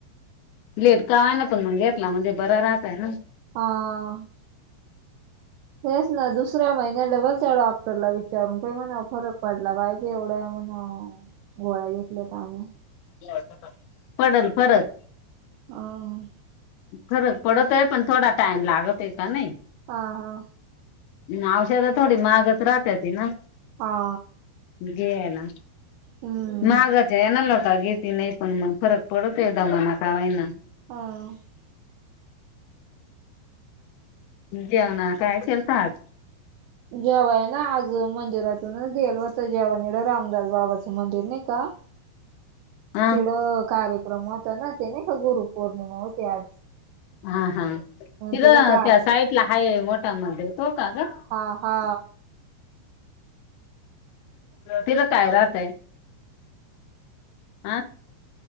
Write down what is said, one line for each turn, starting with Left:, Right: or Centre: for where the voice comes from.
Left: लेट का <unintelligible> पण मग घेतला म्हणजे बरं राहतय ना
Right: हां हेच ना दुसऱ्या महिन्याला डबल त्या डॉक्टरला विचारून पाय म्हणाव फरक पडला पाह्य एवढं म्हणाव गोळ्या घेतल्यात आम्ही
Left: <unintelligible> पडल फरक
Right: अं
Left: फरक पडतोय पण थोडा टाइम लागतोय का नई
Right: हा हा
Left: अन् औषध थोडी महागच राहत्या तीना
Right: हा
Left: घे ना
Right: हम्म
Left: महागाचे <unintelligible> का घेती नाही पण मग फरक पडतोया दमान का व्हइना
Right: हा
Left: जेवणा काय केलंत आज?
Right: जेवाया ना आज मंदिरात तिथूनच देल व्हतं जेवन इडं रामदास बाबाच मंदिर नई का
Left: हा
Right: तिड कार्यक्रम होता ना ते नाही का गुरु पौर्णिमा होती आज
Left: हा हा तिथं
Right: तिड का
Left: त्या साईटला हाये मोटा मंदिर तो का ग?
Right: हा हा
Left: तिध काय राहतय? आ